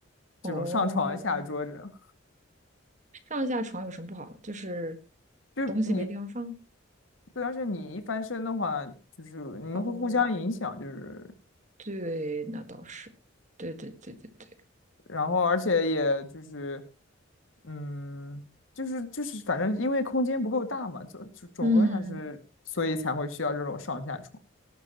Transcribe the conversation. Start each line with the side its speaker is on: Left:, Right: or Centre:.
Left: 这种上床下桌这种。
Right: 哦，上下床有什么不好？就是
Left: 就是你
Right: 东西没地方放。
Left: 对，而且你一翻身的话，就是你们会互相影响，
Right: 哦，
Left: 就是
Right: 对，那倒是。对对对对对，
Left: 然后而且也就是嗯，就是就是反正因为空间不够大嘛，总总总归还是所以才会需要这种上下床。
Right: 嗯，